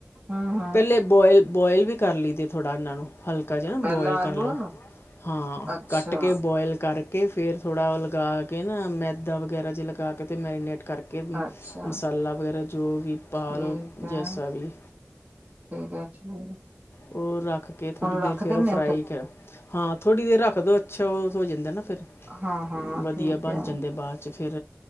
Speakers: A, on the right; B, on the left.
A: ਹਮ ਹਮ
B: ਪਹਿਲੇ ਬੋਇਲ, ਬੋਇਲ ਵੀ ਕਰ ਲਈਦੇ ਥੋੜ੍ਹਾ ਇਹਨਾਂ ਨੂੰ ਹਲਕਾ ਜਿਹਾ ਨਾ
A: ਪਹਿਲਾਂ
B: ਬੋਇਲ
A: ਆਲੂਆਂ
B: ਕਰ ਲਉ,
A: ਨੂੰ
B: ਹਾਂ
A: ਅੱਛਾ
B: ਕੱਟ ਕੇ ਬੋਇਲ ਕਰ ਕੇ, ਫਿਰ ਥੋੜ੍ਹਾ ਉਹ ਲਗਾ ਕੇ ਨਾ ਮੈਦਾ ਵਗੈਰਾ ਜੇ ਲਗਾ ਕੇ ਅਤੇ ਮੈਰੀਨੇਟ ਕਰਕੇ
A: ਅੱਛਾ
B: ਮਸਾਲਾ ਵਗੈਰਾ ਜੋ ਵੀ ਪਾ
A: ਠੀਕ
B: ਲਓ,
A: ਹੈ
B: ਜੈਸਾ ਵੀ
A: ਠੀਕ ਹੈ <inaudible>
B: ਕੋਲ ਰੱਖ ਕੇ ਥੋੜ੍ਹੀ
A: ਹੁਣ
B: ਦੇਰ,
A: ਰੱਖ
B: ਫਿਰ
A: ਦਿੰਦੇ
B: ਉਹ ਫਰਾਈ
A: ਆ
B: ਕਰੋ ਹਾਂ ਥੋੜ੍ਹੀ ਦੇਰ ਰੱਖ ਦਿਉ ਅੱਛਾ ਉਹ ਹੋ ਜਾਂਦਾ ਨਾ ਫਿਰ,
A: ਹਾਂ ਹਾਂ
B: ਵਧੀਆ
A: ਠੀਕ
B: ਬਣ
A: ਹੈ
B: ਜਾਂਦੇ ਬਾਦ 'ਚ ਤੇ ਫਿਰ